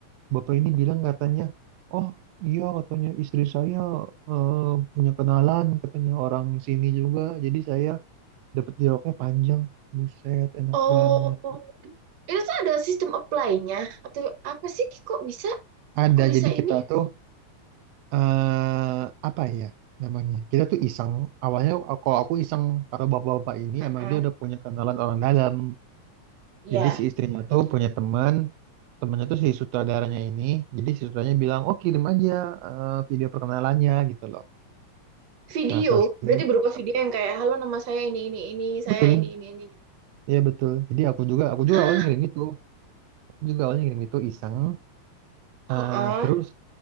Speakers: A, on the right; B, on the right.
A: bapak ini bilang katanya oh iya katanya istri saya eh, punya kenalan katanya orang sini juga jadi saya dapat dialognya panjang Buset, enak
B: Oh,
A: banget.
B: itu tuh ada sistem apply-nya. Atau apa sih? Kok bisa?
A: Ada,
B: Kok bisa
A: jadi kita
B: ini?
A: tuh eh apa ya namanya? Kita tuh iseng. Awalnya kalau aku iseng, kalau bapak-bapak ini
B: Heeh.
A: emang dia udah punya kenalan orang dalam.
B: Ya.
A: Jadi si istrinya tuh punya teman, temannya tuh si sutradaranya ini. Jadi si sutradaranya bilang, oh kirim aja eh, video perkenalannya gitu loh.
B: Video,
A: Nah setelah kirim,
B: berarti berupa video yang kayak, halo nama saya ini, ini, ini,
A: betul,
B: saya ini, ini, ini.
A: iya betul. Jadi aku juga, aku juga
B: Hah?
A: awalnya ngirim gitu. Aku juga awalnya ngirim itu iseng.
B: Oh,
A: Eh,
B: oh.
A: terus